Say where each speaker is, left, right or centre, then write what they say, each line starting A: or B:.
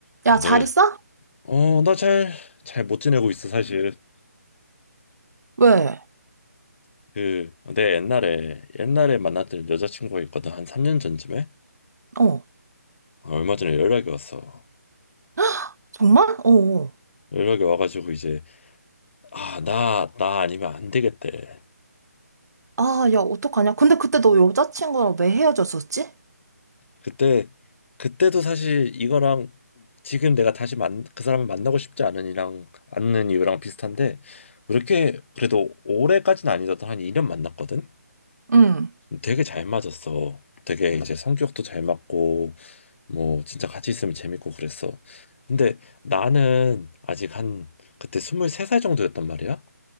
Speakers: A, on the left (about 45°); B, on the right (about 70°).
A: 어,
B: 야,
A: 네.
B: 잘 있어?
A: 어, 나 잘, 잘 못 지내고 있어, 사실.
B: 왜?
A: 그, 내 옛날에, 옛날에 만났던 여자친구가 있거든. 한 3년 전쯤에?
B: 어.
A: 어, 얼마 전에 연락이 왔어.
B: <gasps> 정말? 어. 어.
A: 연락이 와가지고 이제, 아, 나, 나 아니면 안 되겠대.
B: 아, 야, 어떡하냐? 근데 그때 너 여자친구랑 왜 헤어졌었지?
A: 그때, 그때도 사실 이거랑 지금 내가 다시 만, 그 사람을 만나고 싶지 않은 이랑 않는 이유랑 비슷한데, 그렇게 그래도 올해까지는 아니더라도 한 2년 만났거든?
B: 응,
A: 되게 잘 맞았어. 되게 이제 성격도 잘 맞고, 뭐 진짜 같이 있으면 재밌고 그랬어. 근데 나는 아직 한 그때 23살 정도였단 말이야.